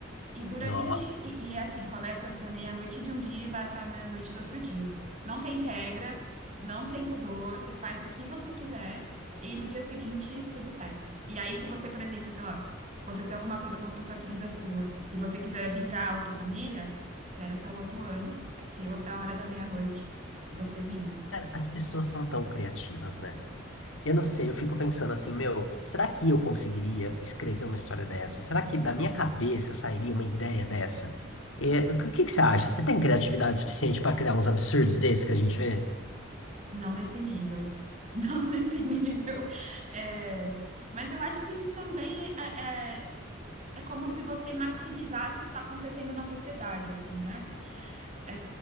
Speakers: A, on the right; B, on the left.
A: E dura
B: Nossa,
A: vinte E, e é assim, começa da meia-noite de um dia e vai até a meia-noite do outro dia. Não tem regra, não tem pudor, você faz o que você quiser e no dia seguinte tudo certo. E aí, se você, por exemplo, sei lá, aconteceu alguma coisa com uma pessoa querida sua e você quiser vingar a outra família, espera até o outro ano, vai ter outra hora da meia-noite e você vinga.
B: cara, as pessoas são tão criativas, né? Eu não sei, eu fico pensando assim, meu, será que eu conseguiria escrever uma história dessa? Será que da minha cabeça sairia uma ideia dessa? É, o que, o que que você acha? Você tem criatividade suficiente para criar uns absurdos desses que a gente vê?
A: Não nesse nível. <laughs> Não nesse nível. É, Mas eu acho que isso também é, é É como se você maximizasse o que está acontecendo na sociedade, assim, né? É,